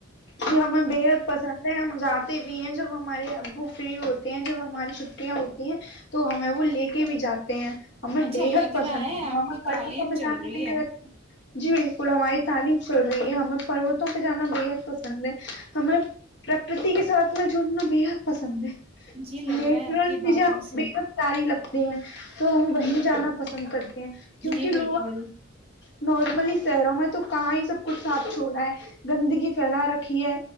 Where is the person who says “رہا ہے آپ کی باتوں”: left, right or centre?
Right